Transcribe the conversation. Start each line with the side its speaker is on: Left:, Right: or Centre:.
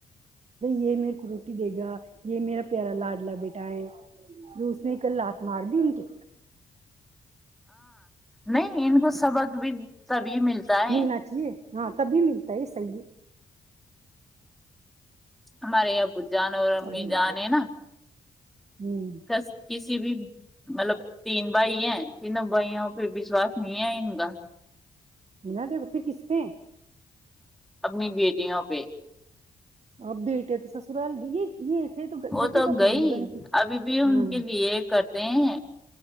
Right: بھ یہ میرے روٹی دے گا یہ میرا پیارا لاڈلا بیٹا ہے رس اس نے کل لات مار دی ان کی
Centre: نہیں ان کو سبق بھی بھی ملتا ہے
Right: ملنا چاہیے ہاں تبھی ملتا ہے صحیح
Centre: ہمارے یہ بجان اور
Right: ہ
Centre: میدان ہے نا
Right: ہے
Centre: کس کسی بھی مطلب تین بھائی ہیں توں بھائیوں پہ وشواس نہیں ہے ان کا
Right: اننا د رپے کسطے
Centre: ابمی بھیتی یہاں پہ
Right: اب بیٹے تو سسرال گ یہ یہ
Centre: وہ
Right: جب
Centre: تو
Right: بھی اپنی
Centre: گئی
Right: نہیں بنتی
Centre: ابھی بھی ان
Right: ہاں
Centre: کے لیے کرتے ہیں